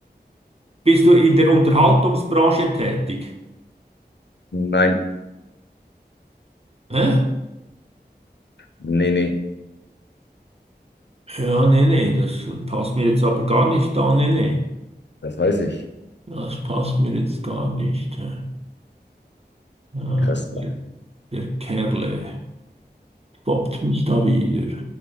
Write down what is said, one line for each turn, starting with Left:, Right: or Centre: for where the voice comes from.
Right: Bist du in der Unterhaltungsbranche tätig?
Left: nein,
Right: Hä?
Left: nee, nee,
Right: Ja, nee, nee, das passt mir jetzt aber gar nicht da. Nee, nee.
Left: das weiß ich.
Right: Das passt mir jetzt gar nicht. hä? Ah,
Left: Krass.
Right: Der der Kerle stoppt mich da wieder.